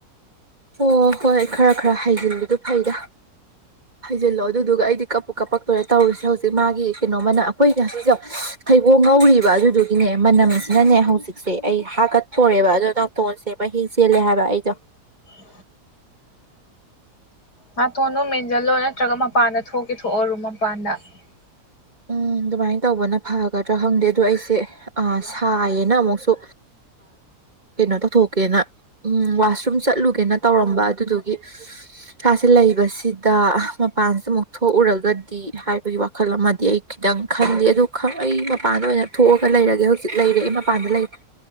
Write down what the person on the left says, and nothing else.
ꯎꯝ ꯎꯝ ꯇꯣꯟꯗꯨ ꯃꯦꯟꯁꯤꯜꯂꯣ ꯅꯠꯇ꯭ꯔꯒ ꯃꯄꯥꯟꯗ ꯊꯣꯛꯀꯦ ꯊꯣꯛꯑꯔꯨ ꯃꯄꯥꯟꯗ <unintelligible>